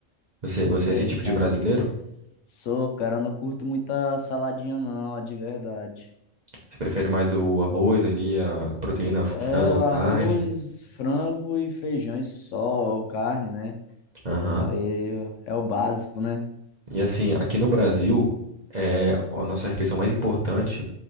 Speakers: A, on the right; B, on the left.
A: Você, você
B: É,
A: é esse tipo
B: cara.
A: de brasileiro?
B: Sou, cara, não curto muita saladinha, não, ó, de verdade.
A: Você prefere mais o arroz ali, a proteína, frango,
B: É
A: ou
B: o
A: carne?
B: arroz, frango e feijão e só, ou carne, né?
A: Aham.
B: Aí ó, é o básico, né?
A: E assim, aqui no Brasil, é, a nossa refeição mais importante